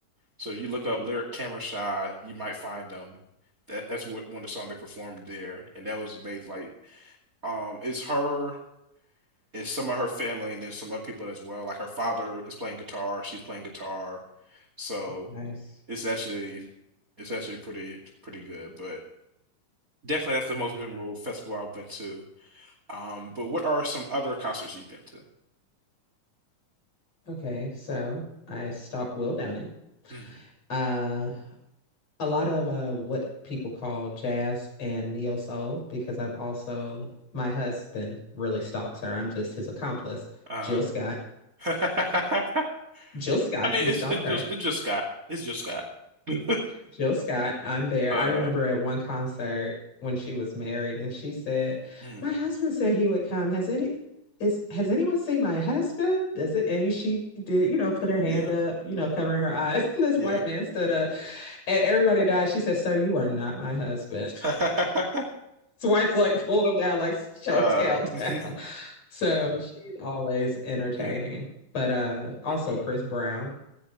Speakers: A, on the right; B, on the left.
A: So if you look up Lyric Camera Shy, you might find them. That that's what one of the songs they performed there, and that was amazing. Like, um, it's her. it's some of her family and then some other people as well. Like her father is playing guitar, she's playing guitar. So
B: nice.
A: it's actually it's actually pretty pretty good. But definitely that's the most memorable festival I've been to. Um, but what are some other concerts you've been to?
B: Okay, so I stalked Will Downing.
A: hmm
B: Uh, a lot of uh what people call jazz and neo soul because I've also my husband really stalks her. I'm just his accomplice.
A: Uh,
B: Jill Scott.
A: <laughs> I
B: Jill Scott,
A: mean
B: we
A: it's
B: stalk
A: it's
B: her.
A: just it's just Scott. It's just Scott. <laughs>
B: Jill Scott, I'm there.
A: Uh,
B: I remember at one concert when she was married, and she said,
A: mm,
B: "My husband said he would come. Has any is has anyone seen my husband? Does it?" And she did, you know, put her hand
A: yeah,
B: up, you know, covering her eyes. <laughs> And this
A: yeah.
B: white man stood up, and everybody died. She said, "Sir, you are not my husband." <laughs>
A: <laughs>
B: His wife like pulled him down, like show
A: Uh,
B: tail down.
A: <laughs>
B: <laughs> So she's always entertaining.
A: yeah.
B: But uh also
A: Okay.
B: Chris Brown.